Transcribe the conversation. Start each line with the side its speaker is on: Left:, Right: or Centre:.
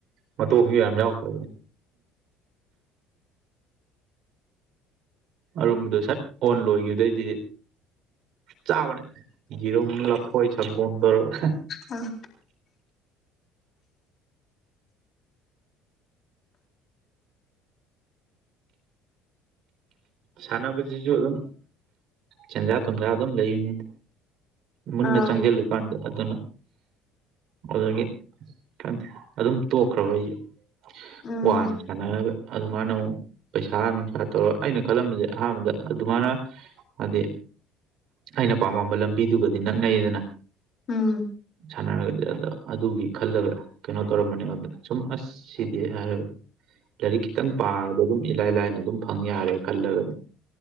Right: ꯃꯇꯣꯡꯁꯨ ꯌꯥꯝ ꯌꯥ ꯇ ꯑꯔꯨꯝꯕꯗꯨ ꯁꯠ ꯑꯣꯟ ꯂꯣꯏꯈꯤꯕꯗꯩꯗꯤ ꯆꯥꯕꯅꯦ ꯌꯦꯔꯨꯝ ꯂꯐꯣꯏ ꯁꯪꯒꯣꯝ ꯇꯧꯔꯒ
Left: ꯎꯝ
Right: ꯁꯥꯟꯅꯕꯁꯤꯁꯨ ꯑꯗꯨꯝ ꯁꯦꯟꯖꯥ ꯊꯨꯝꯖꯥ ꯑꯗꯨꯝ ꯂꯩꯔꯤꯅꯤ ꯃꯨꯟꯅ
Left: ꯑꯥ
Right: ꯆꯪꯁꯤꯜꯂꯨꯀꯥꯟꯗ ꯑꯗꯨꯅ ꯑꯗꯨꯗꯒꯤ ꯈꯪꯗꯦ ꯑꯗꯨꯝ ꯇꯣꯛꯈ꯭ꯔꯕ ꯑꯩꯁꯨ
Left: ꯎꯝ
Right: ꯋꯥꯅ ꯁꯥꯟꯅꯔꯒ ꯑꯗꯨꯃꯥꯏꯅ ꯑꯃꯨꯛ ꯄꯩꯁꯥ ꯅꯨꯡꯁꯥ ꯇꯧꯔꯒ ꯑꯩꯅ ꯈꯜꯂꯝꯕꯁꯦ ꯑꯍꯥꯟꯕꯗ ꯑꯗꯨꯃꯥꯏꯅ ꯍꯥꯏꯗꯤ ꯑꯩꯅ ꯄꯥꯝꯃꯝꯕ ꯂꯝꯕꯤꯗꯨꯒꯗꯤ ꯅꯛꯅꯩꯗꯅ
Left: ꯎꯝ
Right: ꯁꯥꯟꯅꯔꯒꯗꯤ ꯑꯗꯣ ꯑꯗꯨꯒꯤ ꯈꯜꯂꯒ ꯀꯩꯅꯣ ꯇꯧꯔꯝꯕꯅꯦ ꯑꯩꯟꯗ ꯁꯨꯝ ꯑꯁ ꯁꯤꯗꯤ ꯍꯥꯏꯔꯒ ꯂꯥꯏꯔꯤꯛ ꯈꯤꯇꯪ ꯄꯥꯔꯒ ꯑꯗꯨꯝ ꯏꯂꯥꯏ ꯂꯥꯏꯅ ꯑꯗꯨꯝ ꯐꯪ ꯌꯥꯔꯦ ꯈꯜꯂꯒ